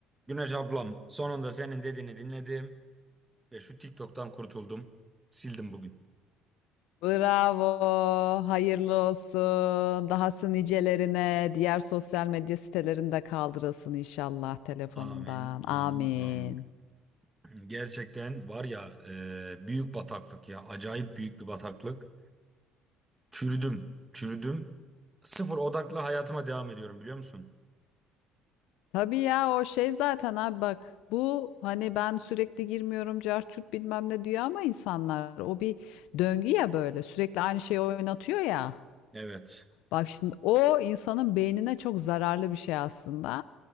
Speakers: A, on the right; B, on the left.
A: Güneş ablam, sonunda senin dediğini dinledim ve şu TikTok'tan kurtuldum. Sildim bugün.
B: Bravo, hayırlı olsun. Dahası nicelerine, diğer sosyal medya sitelerinde kaldırılsın inşallah telefonundan.
A: Amin,
B: Amin.
A: amin, amin. Gerçekten var ya e, büyük bataklık ya. Acayip büyük bir bataklık. Çürüdüm, çürüdüm. Sıfır odaklı hayatıma devam ediyorum biliyor musun?
B: Tabii ya o şey zaten abi bak bu hani ben sürekli girmiyorum carçurt bilmem ne diyor ama insanlar o bir döngü ya böyle sürekli aynı şeyi oynatıyor ya.
A: Evet.
B: Bak şimdi o insanın beynine çok zararlı bir şey aslında.